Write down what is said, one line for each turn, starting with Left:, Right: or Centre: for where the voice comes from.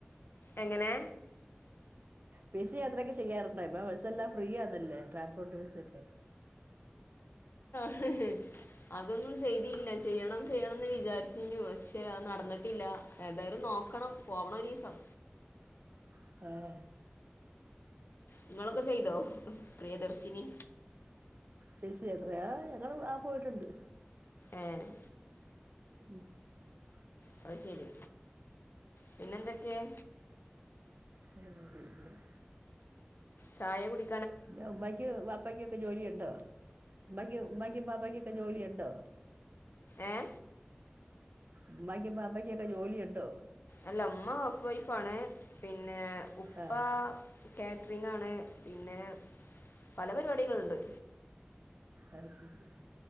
Left: എങ്ങനെ
Right: ബസി യാത്രത്രക്ക് ചെയ്യാറുണ്ട് ഇപ്പൊ ബസ്സല്ലാം ഫ്രീ ആന്നല്ലേ ട്രാൻസ്പോർട്ട് ബസ്സക്കെ.
Left: ആഹ് അതൊന്നും ചെയ്തിയില്ല ചെയ്യണം ചെയ്യണംന്ന് വിചാരിച്ചീ നു ആഹ് പക്ഷെ നടന്നിട്ടില്ല ഏതായാലും നോക്കണം പോവണം ഒരീസം
Right: <unintelligible>
Left: നിങ്ങളൊക്കെ ചെയ്തോ പ്രിയദർശിനി
Right: ബസ് യാത്രയൊ ആഹ് ഞങ്ങള് ആഹ് പോയിട്ടുണ്ട്.
Left: ഏഹ്
Right: <unintelligible>
Left: അത് ശെരി പിന്നെ എന്തൊക്കയാ
Right: <unintelligible>
Left: ചായ കുടി
Right: ന്നെ ഉമ്മായ്ക്ക് ബാപ്പയ്ക്കൊക്കെ ജോലിയുണ്ടോ ഉമ്മായ്ക്ക് ഉമ്മായ്ക്കും ബാപ്പയ്ക്കൊക്കെ ജോലിയുണ്ടോ?
Left: ഏഹ്?
Right: ഉമ്മായ്ക്കും ബാപ്പയ്ക്കൊക്കെ ജോലിയുണ്ടോ?
Left: അല്ല ഉമ്മ ഹൗസ് വൈഫാണ് പിന്നെ ഉപ്പ
Right: ആഹ്
Left: കാറ്ററിങ്ങാണ് പിന്നെ പല പരിപാടികളുണ്ട്.
Right: അത് ശെരിയല്ലെ.